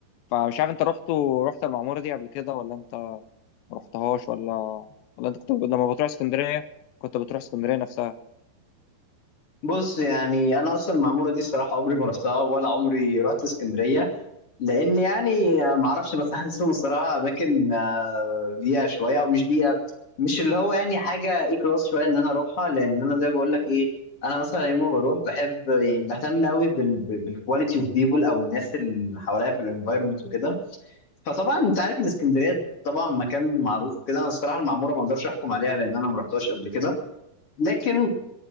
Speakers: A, on the left; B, on the left.
A: فمش عارف انت رحت رحت المعموره دي قبل كده ولا انت ما رحتهاش ولا ولا انت كنت لما بتروح اسكندريه كنت بتروح اسكندريه نفسها
B: بص يعني انا اصلا المعموره دي الصراحه عمري ما رحتها ولا عمري رحت اسكندريه لان يعني آه، ما اعرفش بس حاسسهم الصراحه اماكن آه، بيئه شويه او مش بيئه مش اللي هو يعني حاجه اي كلاس شويه ان انا اروحها لان انا زي بقول لك ايه انا مثلا يوم ما بروح بحب يعني بهتم قوي بالكواليتي اوف بيبول او الناس اللي حواليا في الانفايرمنت وكده فطبعا انت عارف الاسكندريه طبعا مكان معروف كده انا الصراحه المعموره ما اقدرش احكم عليها لان انا ما رحتهاش قبل كده لكن